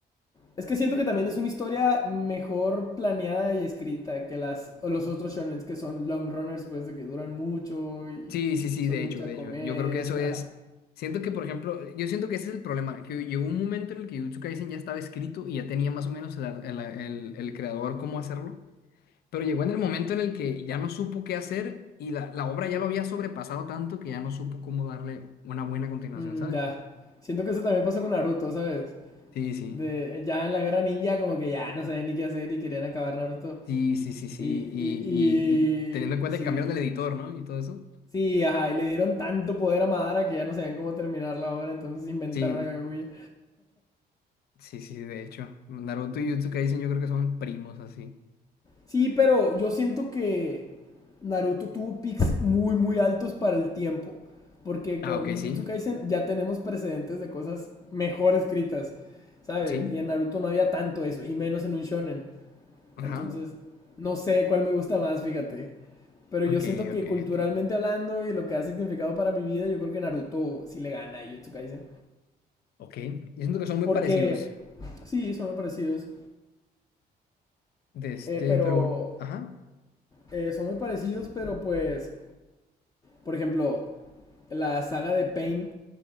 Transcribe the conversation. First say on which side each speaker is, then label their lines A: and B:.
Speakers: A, on the left; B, on the left.
A: es que siento
B: Pe-
A: que también
B: pe-
A: es una historia mejor planeada y escrita que las o los otros shonens que son long runners, pues de que duran mucho y
B: Sí, sí, sí,
A: son
B: de
A: mucha
B: hecho, de
A: comedia.
B: hecho. Yo creo que eso
A: y-
B: es.
A: ajá.
B: Siento que, por ejemplo, yo siento que ese es el problema, que llegó un momento en el que Jujutsu Kaisen ya estaba escrito y ya tenía más o menos el, ar- el- el- el creador cómo hacerlo, pero llegó en el momento en el que ya no supo qué hacer y la, la obra ya lo había sobrepasado tanto que ya no supo cómo darle una buena continuación,
A: Mm,
B: ¿sabes?
A: ya. Siento que eso también pasó con Naruto, ¿sabes?
B: Sí, sí,
A: De, ya en la guerra ninja como que ya no sabían ni qué hacer y querían acabar Naruto.
B: sí, sí, sí, sí,
A: Y, y,
B: y, y, y
A: y
B: teniendo en cuenta
A: sí,
B: que cambiaron el editor, ¿no? Y todo eso.
A: sí, ajá, y le dieron tanto poder a Madara que ya no sabían cómo terminar la obra, entonces inventaron
B: Sí,
A: a Kaguya.
B: sí, sí, de hecho. Naruto y Jujutsu Kaisen yo creo que son primos así.
A: Sí, pero yo siento que Naruto tuvo picks muy, muy altos para el tiempo. Porque
B: Ah,
A: con
B: ok,
A: Jujutsu
B: sí.
A: Kaisen ya tenemos precedentes de cosas mejor escritas, ¿sabes?
B: Sí.
A: Y en Naruto no había tanto eso, y menos en un shonen.
B: Ajá.
A: Entonces, no sé cuál me gusta más, fíjate. Pero yo
B: Ok,
A: siento que
B: ok,
A: culturalmente
B: ok.
A: hablando y lo que ha significado para mi vida, yo creo que Naruto sí le gana a Jujutsu Kaisen.
B: Ok. Yo siento que son muy
A: Porque,
B: parecidos.
A: sí, son muy parecidos.
B: De este,
A: eh, pero,
B: pero. Ajá.
A: eh, son muy parecidos, pero pues, por ejemplo, la saga de Pain,